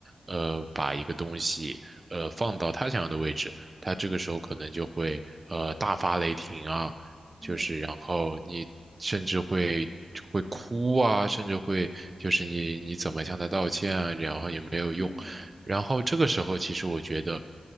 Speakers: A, on the right; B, on the left.
A: 呃把一个东西呃放到她想要的位置，她这个时候可能就会呃大发雷霆啊，
B: 嗯
A: 就是然后你甚至会。
B: 嗯
A: 会哭啊，甚至会就是你你怎么向她道歉啊，然后也没有用。
B: 嗯
A: 然后这个时候，其实我觉得，